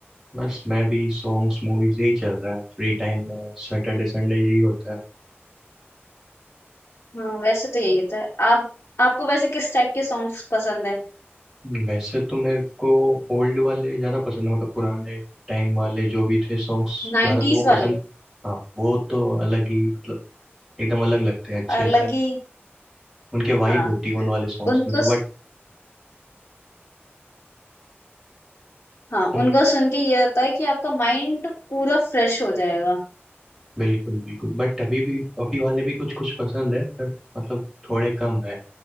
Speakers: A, in the centre; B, on the left (about 80°).
A: बस मैं भी सॉन्ग्स मूवीज यही चल रहा है फ्री टाइम में सैटरडे संडे यही होता
B: हाँ वैसे तो यही होता है आप आपको वैसे किस टाइप के सॉन्ग्स पसंद हैं
A: है वैसे तो मेरे को ओल्ड वाले ज़्यादा पसंद है मतलब पुराने टाइम वाले जो भी थे सॉन्ग्स
B: नाइन्टीज
A: ज़्यादा तो वो
B: वाले
A: पसंद हाँ वो तो अलग ही मतलब एकदम अलग लगते हैं अच्छे
B: अलग
A: से
B: ही
A: उनके वाइब
B: हाँ
A: होती है उन वाले सॉन्ग्स
B: उनको
A: में तो बट
B: हाँ
A: उन
B: उनको सुन के ये होता है कि आपका माइंड पूरा फ्रेश हो जाएगा
A: बिल्कुल बिल्कुल बट अभी भी अभी वाले भी कुछ कुछ पसंद है पर मतलब थोड़े कम है